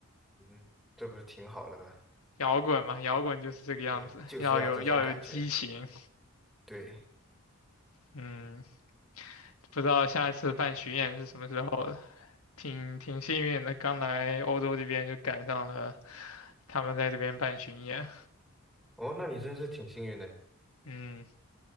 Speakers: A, in the centre; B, on the left (about 80°).
A: 嗯，这不是挺好的吗？
B: 摇滚嘛，摇滚就是这个样子，
A: 对，就是要这种感觉。
B: 要有要有激情。
A: 对，
B: 嗯，不知道下一次办巡演是什么时候了，挺挺幸运的，刚来欧洲这边就赶上了他们在这边办巡演。
A: 哦，那你真是挺幸运的。
B: 嗯，